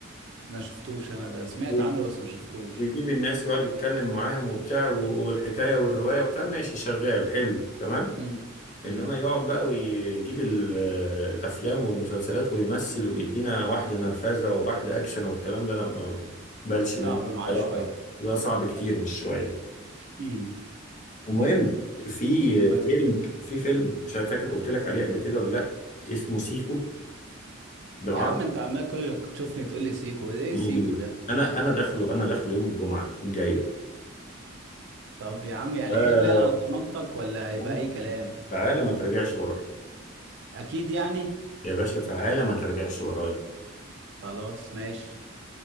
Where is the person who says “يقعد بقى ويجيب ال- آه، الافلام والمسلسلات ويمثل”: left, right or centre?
Left